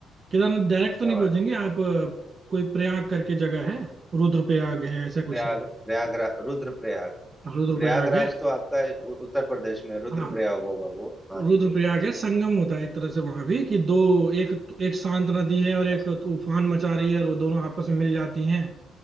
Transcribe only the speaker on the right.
केदारनाथ डायरेक्ट तो
नहीं
पहुंचेंगे आप अ, कोई प्रयाग करके जगह है रुद्रप्रयाग है ऐसा कुछ
है
रुद्रप्रयाग
है
हाँ
रुद्रप्रयाग
है
संगम
होता है एक तरह से वहां भी कि दो एक एक शांत नदी है और एक
तूफान मचा रही है और वो दोनों आपस में मिल जाती हैं